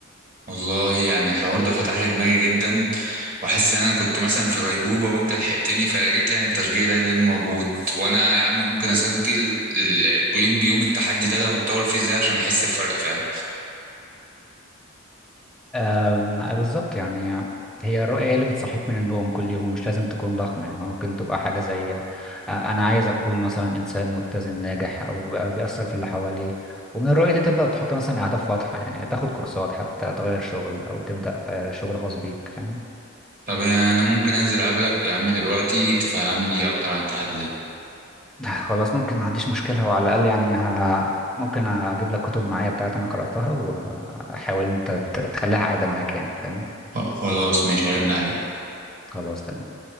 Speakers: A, on the right; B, in the centre.
A: والله يعني الحوار ده فتح لي دماغي جدا وحاسس ان انا كنت مثلا في غيبوبه وانت لحقتني فيا ريت يعني التشجيع ده يكون موجود وانا يا عم ممكن اسجل ال- يوم بيوم التحدي ده انا بتطور فيه ازاي عشان احس بفرق فعلا
B: أم، بالظبط يعني هي الرؤية هي اللي بتصحيك من النوم كل يوم مش لازم تكون ضخمة يعني ممكن تبقى حاجة زي آه، أنا عايز أكون مثلا إنسان متزن ناجح أو بقى بيأثر في اللي حواليه ومن الرؤية دي تبدأ تحط مثلا أهداف واضحة يعني تاخد كورسات حتى تغير شغل أو تبدأ آه، شغل خاص بيك فاهم
A: طب انا ممكن انزل اقابلك يا عم دلوقتي تفهمني اكتر عن التحدي ده
B: <laughs> خلاص ممكن ما عنديش مشكلة وعلى الأقل يعني ه... ممكن أجيب لك كتب معايا بتاعت أنا قرأتها وأحاول أنت ت- تخليها عادة معاك يعني فاهم
A: خ- خلاص ماشي هرن عليك
B: خلاص تمام